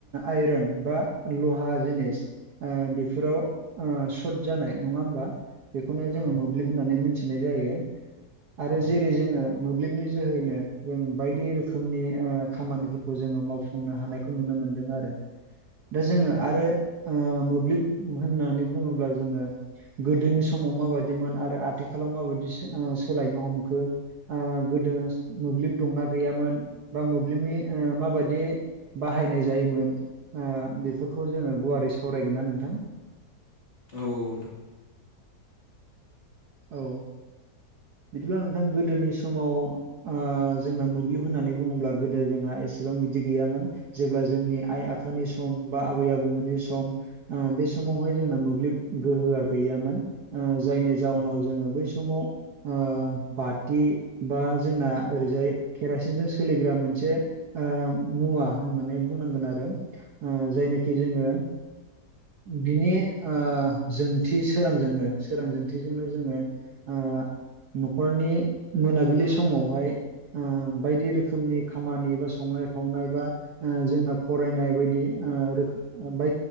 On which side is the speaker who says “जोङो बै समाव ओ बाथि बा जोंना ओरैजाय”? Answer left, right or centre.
Right